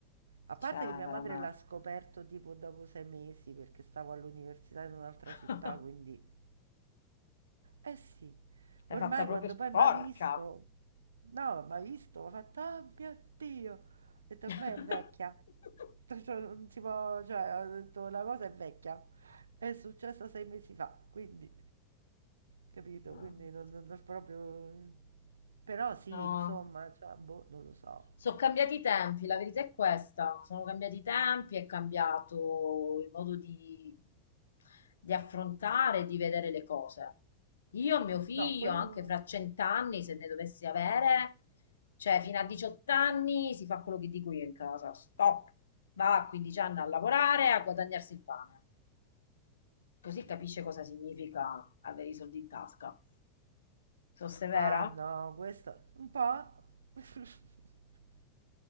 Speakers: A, on the right (about 70°); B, on the left (about 70°).
A: A parte
B: Cioè,
A: che mia
B: veramente.
A: madre l'ha scoperto tipo dopo sei mesi perché stavo all'università in un'altra
B: <laughs>
A: città, quindi... Eh sì,
B: È
A: ormai
B: fatta proprio
A: quando
B: sporca.
A: poi mi ha visto... No, mi ha visto, mi ha fatto, oh mio Dio, ho detto
B: <laughs>
A: ormai è vecchia, <laughs> Cioè, non si può, cioè, ho detto la cosa è vecchia, è successa sei mesi fa, quindi, capito,
B: Mamma.
A: quindi non, non- non proprio... Però sì,
B: No.
A: insomma, cioè, boh, non lo so.
B: Sono cambiati i tempi, la verità è questa. Sono cambiati i tempi, è cambiato il modo di, di affrontare, di vedere le cose. Io e mio figlio,
A: No, quello...
B: anche fra cent'anni, se ne dovessi avere, cioè fino a 18 anni si fa quello che dico io in casa. Stop! Va a 15 anni a lavorare, a guadagnarsi il pane. Così capisce cosa significa avere i soldi in tasca. Sono severa?
A: Ah no, questo un po', <laughs>